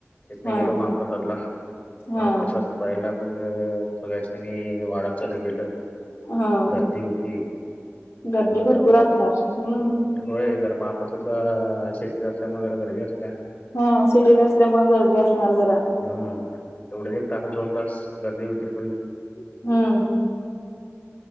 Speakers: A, on the left (about 35°); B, on the left (about 70°).
A: तितन
B: हा
A: गेलो महाप्रसादला
B: हा
A: महाप्रसाद पाहिला मग. सगळ्यासनी बी वाडायला चालू केलो
B: हा
A: गर्दी हुती त्यामुळ
B: गर्दी
A: जरा
B: भरपूर
A: वाव.
B: असणार हम्म.
A: होय जरा महाप्रसादला शेगडी असल्यामुळे जरा गर्दी असत्या.
B: हं. सिटीत असल्यामुळ गर्दी असणार जरा.
A: हम्म. तेवढेच एक तास दोन तास गर्दी होते. कुणी
B: हम्म.